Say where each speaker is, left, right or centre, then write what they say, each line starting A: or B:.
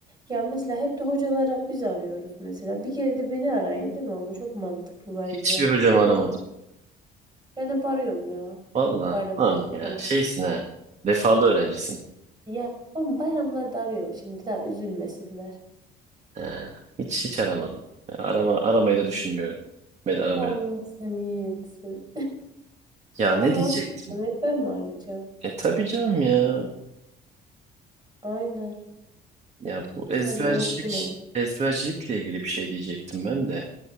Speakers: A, on the right; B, on the right.
A: Ya mesela hep de hocalara biz arıyoruz mesela. Bir kere de beni arayın değil mi ama çok mantıklı bence.
B: Hiçbir hocamı
A: Çok
B: aramadım.
A: hoş. Ben hep arıyorum ya.
B: Valla.
A: Bayramlarda
B: Lan ya
A: falan.
B: şeysin ha. Vefalı öğrencisin.
A: Ya ama bayramlarda arıyorum şimdi daha üzülmesinler.
B: Ha, hiç hiç aramadım. Arama, aramayı da düşünmüyorum. Beni aramaya.
A: Allah seni iyi etsin.
B: Ya ne
A: Ama
B: diyecektim?
A: haklısın hep ben mi arayacağım?
B: E tabii canım ya.
A: Aynen.
B: Ya bu ezbercilik.
A: Sen de unuttun onu.
B: Ezbercilikle ilgili bir şey diyecektim ben de.